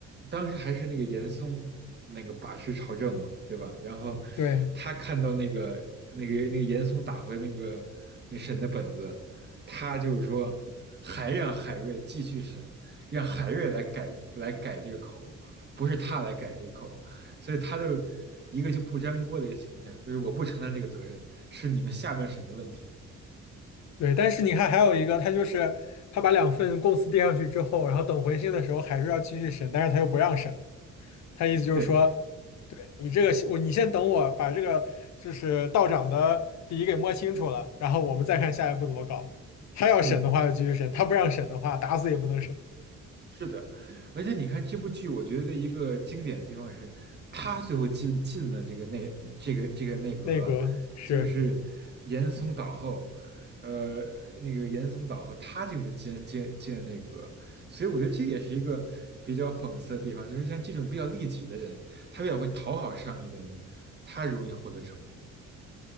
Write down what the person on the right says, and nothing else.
当时还是那个严嵩那个把持朝政嘛，对吧？然后
他看到那个那个那个严嵩打回那个那审的本子，他就是说还让海瑞继续审，让海瑞来改来改这个口，不是他来改这个口，所以他就一个就不粘锅的一个形象，就是我不承担这个责任，是你们下面审的问题。
对，
嗯，
是的，而且你看这部剧，我觉得一个经典的地方是，他最后进进了这个内这个这个内阁了，
就是严嵩倒后，呃，那个严嵩倒后，他这种人进进进了内阁，所以我觉得这也是一个比较讽刺的地方，就是像这种比较利己的人，他比较会讨好上意的人，他容易获得成功。